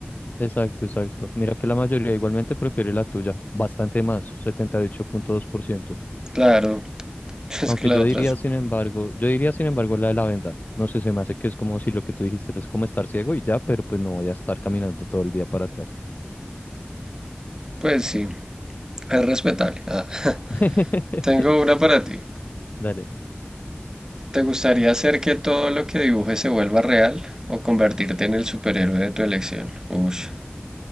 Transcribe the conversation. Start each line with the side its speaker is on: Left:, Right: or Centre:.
Left: Exacto, exacto. Mira que la mayoría igualmente prefiere la tuya. Bastante más, 78.2%.
Right: Claro, <laughs> es
Left: Aunque
Right: que la
Left: yo
Right: otra
Left: diría,
Right: es,
Left: sin embargo, yo diría, sin embargo, la de la venta. No sé, se me hace que es como si lo que tú dijiste es como estar ciego y ya, pero pues no voy a estar caminando todo el día para atrás.
Right: pues sí, es respetable. Ah, <laughs>
Left: <laughs>
Right: tengo una para ti.
Left: Dale.
Right: ¿Te gustaría hacer que todo lo que dibujes se vuelva real o convertirte en el superhéroe de tu elección? Ush,